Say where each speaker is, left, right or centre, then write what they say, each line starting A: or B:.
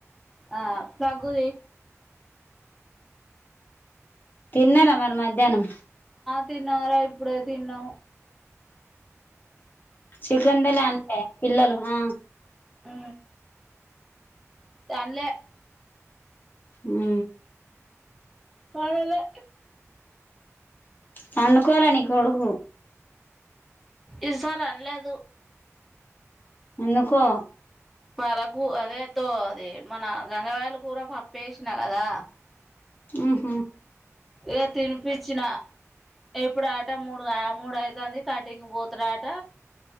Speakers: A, in the centre; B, on the left (about 40°).
A: ఆ ప్రగుుది
B: తిన్నార మరి మధ్యాహ్నం
A: తినలేదు ఇప్పుడే తిన్నా
B: చికెన్ బిర్యాని అంట పిల్లలు ఆ
A: ఊ తన్లే
B: మ్
A: ఏం లే
B: పండుకోల నీ కొడుకు
A: ఈ సారి అనలేదు
B: ఎందుకో
A: పాలకు అదే తో అది మన గంగవాయలు కూర పప్పేసిన కదా
B: హ్మ్
A: ఏ తిను పిచ్చిన ఇప్పుడు ఆట మూడుగ మూడు ఐతంది కటింగ్ పోతడట